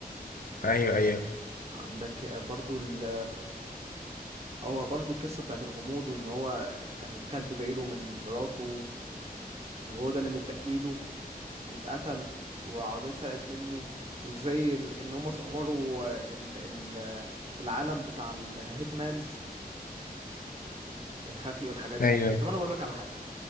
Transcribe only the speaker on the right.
عندك برضو ال... هو برضو القصة بتاعت الغموض وان هو كان كلب باقيله من مراته وهو ده اللي متبقيله واتقتل والعربية اتسرقت منه وازاي ال- ان هم صوروا ال- ال- العالم بتاع الهيتمانز الخفي والحاجات دي
طب انا بقول لك على حاجة